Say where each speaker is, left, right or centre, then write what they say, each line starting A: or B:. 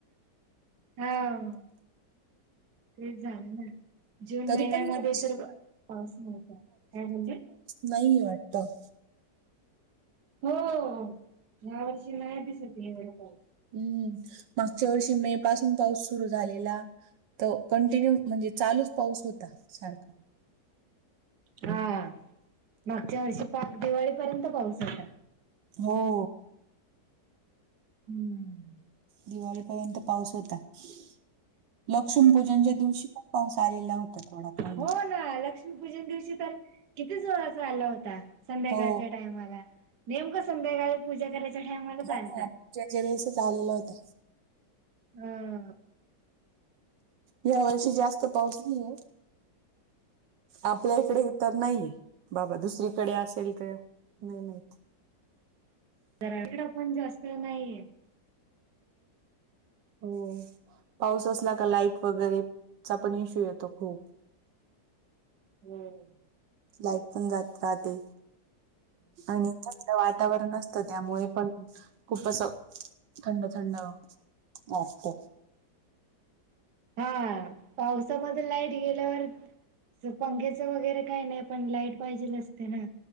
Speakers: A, on the right; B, on the right.
A: हावं तेच झालं ना जून
B: तरी
A: महिन्यानंमध्ये
B: पण यावर्षी
A: तर पाऊस नव्हता काय बोलली
B: नाहीये वाटत.
A: हो ह्या वर्षी नाय दिसत ये एवढा पाऊस.
B: हम्म मागच्या वर्षी मे पासून पाऊस सुरू झालेला तो कंटिन्यू म्हणजे चालूच पाऊस होता सारखा
A: हा मागच्या वर्षी पाक दिवाळीपर्यंत पाहचता.
B: हो.
A: <unintelligible>
B: दिवाळीपर्यंत पाऊस होता मग लक्ष्मी पूजनच्या दिवशी पाऊस आलेला होता. थोडा कमी.
A: हो ना लक्ष्मीपूजन दिवशी तर कितीच वराचा आला होता. संध्याकाळच्या
B: हो
A: टाइमाला नेमकं संध्याकाळ पूजा करायच्या टाइमालचा
B: हो
A: आलता
B: ना पूजेच्या वेळेसच आलेला होता.
A: अ
B: या वर्षी जास्त पाऊस नाहीय. आपल्या इकडे तर नाहीये बाबा दुसरीकडे असेल का? नाही नाही.
A: जरा इकड पण जास्त नाहीये.
B: हो पाऊस असला का लाईट वगैरेचा पण इश्यू येतो खूप
A: होम्.
B: लाईट पण जात राहते आणि थंड वातावरण असतं त्यामुळे पण खूपच थंड थंड अचछ.
A: हा पावसामध्ये लाईट गेल्यावर पंखेचं वगैरे काही नाही पण लाईट पाहिजेल असते ना.